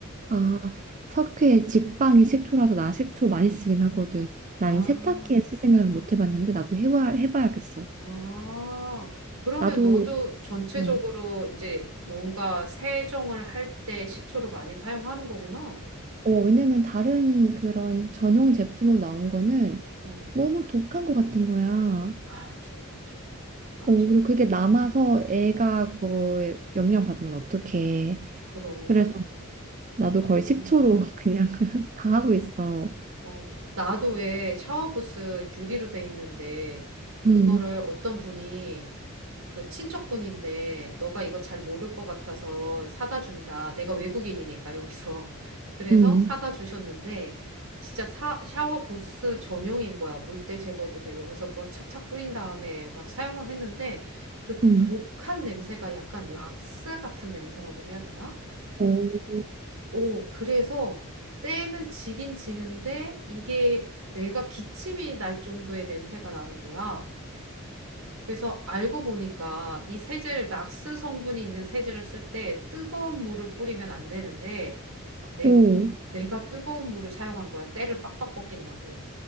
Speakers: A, on the right; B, on the right.
A: 아, 석회 직방이 식초라서 나 식초 많이 쓰긴 하거든. 난
B: 아,
A: 세탁기에 쓸 생각을 못 해봤는데, 나도 해봐, 해봐야겠어.
B: 아. 그러면
A: 나도
B: 너도 전체적으로
A: 뭐
B: 이제 뭔가 세정을 할 때 식초를 많이 사용하는 거구나.
A: 어, 왜냐면 다른 그런 전용 제품으로 나온 거는
B: 응.
A: 너무 독한 것 같은 거야.
B: 아, 좀 맞아. 맞아.
A: 어, 그리고 그게 남아서 애가 그거에 영향 받으면 어떡해.
B: 그럼.
A: 그래서 나도
B: 어.
A: 거의 식초로 <laughs> 그냥 <laughs> 다 하고 있어.
B: 어, 나도 왜 샤워부스 유리로 돼 있는데, 그거를
A: 응,
B: 어떤 분이, 그 친척분인데, 너가 이거 잘 모를 것 같아서 사다 준다. 내가 외국인이니까, 여기서. <laughs> 그래서
A: 응,
B: 사다 주셨는데, 진짜 사, 샤워부스 전용인 거야. 물때 제거도 되고. 그래서 그걸 착착 뿌린 다음에 막 사용을 했는데, 그
A: 응.
B: 독한 냄새가 약간 락스 같은 냄새라고 해야 되나?
A: 어,
B: 오, 그래서 때는 지긴 지는데 이게 내가 기침이 날 정도의 냄새가 나는 거야. 그래서 알고 보니까 이 세제를 낙스 성분이 있는 세제를 쓸 때 뜨거운 물을 뿌리면 안 되는데 내,
A: 어.
B: 내가 뜨거운 물을 사용한 거야. 때를 빡빡 벗긴다고.